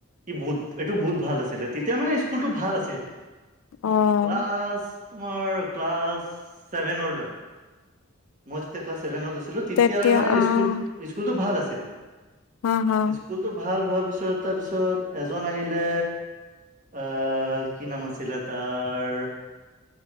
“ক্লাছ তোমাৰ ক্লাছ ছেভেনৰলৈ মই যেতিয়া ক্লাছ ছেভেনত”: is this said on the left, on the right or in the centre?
Right